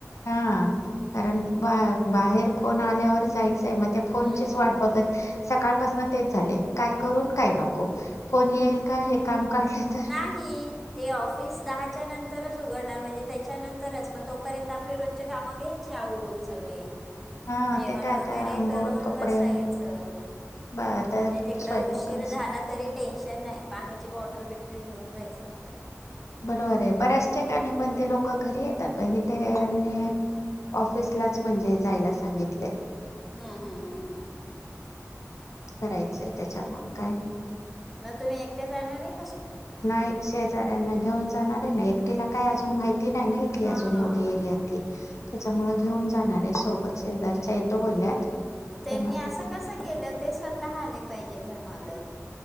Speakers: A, on the left (about 65°); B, in the centre.
A: हा कारण बा बाहेर फोन आल्यावर जाय चंच म ते फोनचीच
B: हम्म.
A: वाट बघत सकाळपास म तेच झालंय काय करू न काय नको फोन येईल का हे काम काढलं तर
B: नाही ते ऑफिस दहाच्या नं तरच उघडणार म्हणजे त्याच्यानंतरच मग तोपर्यंत आपले रोजचे कामं घ्यायचे आवरून सगळे
A: हा
B: जेवण
A: ते काय आता
B: वगैरे
A: आंघोळ
B: करून
A: कपडे
B: बसायचं
A: बा आता
B: म्हणजे तिकड
A: स्वयंपाक
B: उशीर
A: असं
B: झाला तरी टेन्शन नाय पाण्याची बॉटल बिटल ते घेऊन जायचं आपलं आपलं
A: बरोबर ये बऱ्याच ठिकाणी पण ते लोक घरी येतात पण हित ह्यांनी ऑफिसलाच म्हणजे जायला सांगितलय.
B: हूं हूं हूं हूं
A: करायचंय त्याच्यामुळ काय
B: मग तुम्ही एकटे जाणार ये
A: नाही शेजाऱ्यांना घेऊन जाणार आहे ना एक टीला काय अजून माहित नाय ना इथली
B: हां
A: अजून एवढी एरियातली त्याच्यामुळ घेऊन जाणार आहे सोबत शेजारच्या तो बोलल्यात
B: त्यांनी
A: त्यांना
B: असं
A: पण
B: कस केलं ते स्वतः आले पाहिजे. घर मालक